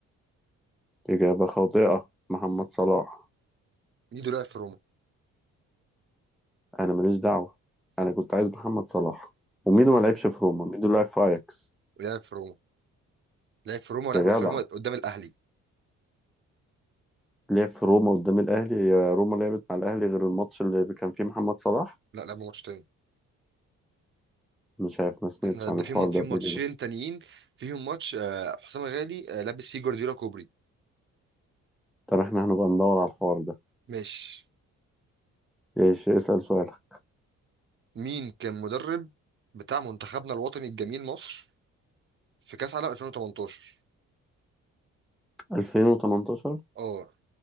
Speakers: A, in the centre; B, on the right.
A: إجابة خاطئة محمد صلاح
B: ميدو لعب في روما
A: انا ماليش دعوه انا كنت عايز محمد صلاح وميدو ما لعبش في روما ميدو لعب في اياكس
B: لعب في روما لعب في روما ولعب
A: يا جدع
B: في روما قدام الاهلي
A: لعب في روما قدام الاهلي يا روما لعبت مع الاهلي غير الماتش اللي كان فيه محمد صلاح
B: لا لعب ماتش تاني
A: مش عارف ما سمعتش
B: احنا ده
A: عن الحوار
B: في في
A: ده قبل
B: ماتشين
A: كده
B: تانيين فيهم ماتش آه حسام غالي آه لابس فيه جوارديولا كوبري
A: طب احنا هنبقى ندور على الحوار ده
B: ماشي
A: ايش اسال سؤالك
B: مين كان مدرب بتاع منتخبنا الوطني الجميل مصر في كاس عالم 2018
A: 2018
B: اه